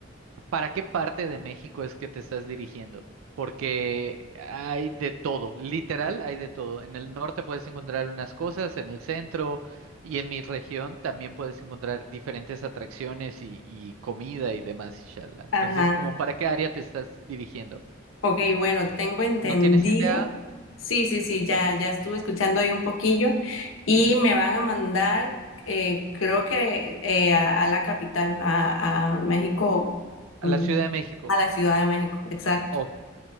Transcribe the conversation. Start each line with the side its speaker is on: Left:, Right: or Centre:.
Right: ¿Para qué parte de México es que te estás dirigiendo? Porque hay de todo, literal hay de todo. En el norte puedes encontrar unas cosas, en el centro y en mi región también puedes encontrar diferentes atracciones y, y comida y demás, inshallah. Entonces,
Left: Ajá,
Right: ¿como para qué área te estás dirigiendo?
Left: ok, bueno, tengo entendido.
Right: ¿No tienes idea?
Left: Sí, sí, sí, ya, ya estuve escuchando ahí un poquillo y
Right: Ujú.
Left: me van a mandar, eh, creo que eh, a, a la capital, a, a México, mm,
Right: A la Ciudad de México.
Left: a la Ciudad de México, exacto.
Right: Ok.